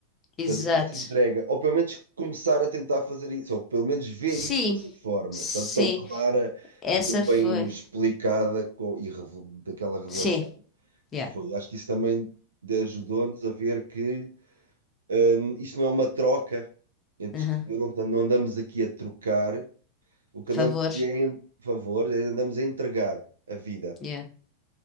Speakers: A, on the left; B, on the right.
A: exato.
B: fazer essa entrega, ou pelo menos começar a tentar fazer isso, ou pelo menos ver
A: Sim,
B: isso dessa forma,
A: sim.
B: tão, tão clara
A: Essa
B: e tão bem
A: foi.
B: explicada com, e revo- daquela revelação
A: Sim, yeah.
B: que foi. Acho que isso também ajudou-nos a ver que hum, isto não é uma troca entre
A: Aham.
B: tu e eu, não, tam- não andamos aqui a trocar, o que
A: Favores.
B: andamos aqui é em favor, andamos a entregar a vida.
A: Yeah,